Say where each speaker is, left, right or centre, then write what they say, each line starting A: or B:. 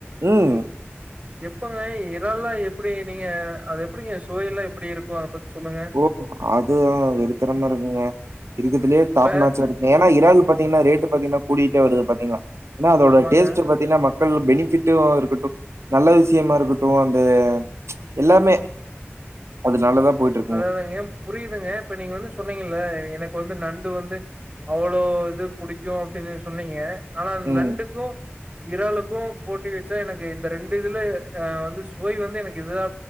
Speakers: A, on the right; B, on the right.
A: ம்
B: எப்போங்க இறால்லா எப்படி நீங்க அது எப்டிங்க சுவையெல்லா எப்டி இருக் க்குவா அத பத்தி சொல்லுங்க
A: ஓ அது வெறித்தரமா இருக்குங்க இருக்குதுலயே
B: இப்ப
A: டாப் நாச்சா இருக்கு ஏ ன்னா இறால் பாத்தீகன்னா ரேட்டு பாத்தீங்கனா கூடிகிட்டே வருது பாத்தீங்கங்ளா அதோட
B: ஆமாங்க.
A: டேஸ்ட்ட பத் பாத்தின்னா மக்கள் பெனிபிட்டு இருக்கட்டும் நல்ல விஷயமா இருக்கட்டு அந்த எல்லாமே அதுனால தா போயிட்ருக்
B: அததாங்க ஏ புரியுதுங்க இப்ப நீங்க வந்து சொன்னீங்கல்ல எனக்கு வந்து நண்டு வந்து அவளோ இது புடிக்கு அப்டின்னு சொன்னீங்க ஆனா
A: ம்.
B: நண்டுக்கு இறாலுக்கு போட்டி வச்சா எனக்கு இந்த ரெண்டு இதுல அ வந்து சுவை வந்து எனக்கு இதுதா